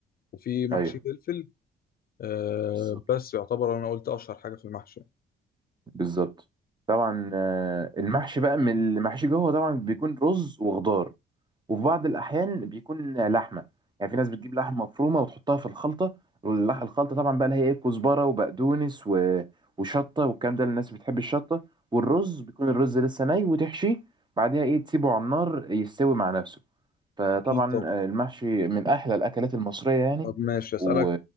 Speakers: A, on the left; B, on the right.
A: وفي محشي
B: ايوه
A: فلفل آه
B: بالظبط
A: بس يعتبر انا قلت اشهر حاجه في المحشي
B: بالظبط طبعا آه، المحشي بقى من المحشي جوه طبعا بيكون رز وخضار وفي بعض الأحيان بيكون لحمة يعني في ناس بتجيب لحمة مفرومة وتحطها في الخلطة واللح- الخلطة طبعا بقى اللي هي إيه، كزبرة وبقدونس و... وشطة والكلام ده الناس بتحب الشطة والرز بيكون الرز لسه ني وتحشيه بعدها إيه تسيبه على النار يستوي مع نفسه فطبعا
A: اكيد طب
B: آه، المحشي من أحلى الأكلات المصرية يعني
A: طب ماشي اسالك
B: و